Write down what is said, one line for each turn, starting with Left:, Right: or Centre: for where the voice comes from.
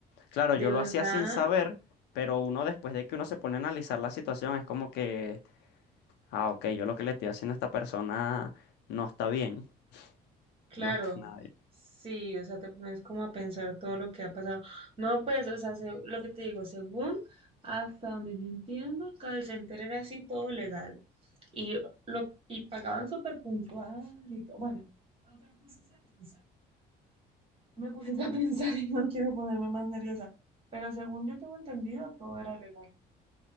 Left: Claro,
Right: ¿De
Left: yo lo
Right: verdad?
Left: hacía sin saber, pero uno después de que uno se pone a analizar la situación es como que Ah, ok, yo lo que le estoy haciendo a esta persona no está bien,
Right: Claro,
Left: no está <laughs> nada bien.
Right: sí, o sea, te pones como a pensar todo lo que ha pasado. No, pues, o sea, se- lo que te digo, según hasta donde yo entiendo, el call center era así todo legal y lo y pagaban súper puntual y todo. Bueno, aunque me pusiste a pensar, me pusiste a <laughs> pensar y no quiero ponerme más nerviosa, pero según yo tengo entendido, todo era legal.